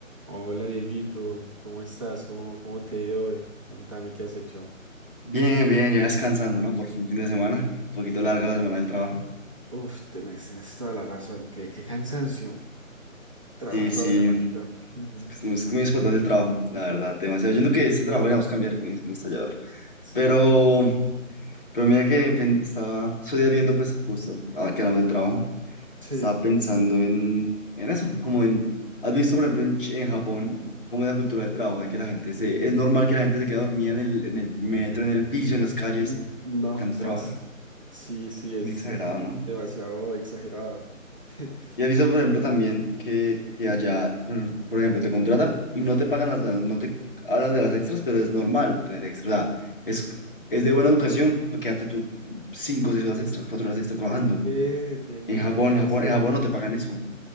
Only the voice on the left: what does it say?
Bien, bien, ya descansando, ¿no? Por fin fin de semana. Un poquito larga la semana del trabajo.
Sí,
sí.
Es que es muy, es muy explotante el trabajo, la verdad, demasiado.
Yo entiendo que este trabajo le vamos a cambiar, es muy, es muy estallador.
Pero, pero mira que pen- estaba, estoy viendo, pues justo, ahora que hablamos del trabajo,
estaba pensando en, en eso, como en, ¿has visto, por ejemplo, en, Ch- en Japón, cómo es la cultura del trabajo? De que la gente se, es normal que la gente se quede dormida en el, en el metro, en el piso, en las calles,
tanto
trabajar.
Muy exagerado, ¿no?
Y has visto, por ejemplo, también que, que allá, por por ejemplo, te contratan y no te pagan las, no te hablan de las extras, pero es normal tener extras. O sea, es, es de buena educación, pues, quédate tú cinco o seis horas extras, cuatro horas extras trabajando.
En Japón,
en Japón, en Japón
no te pagan eso.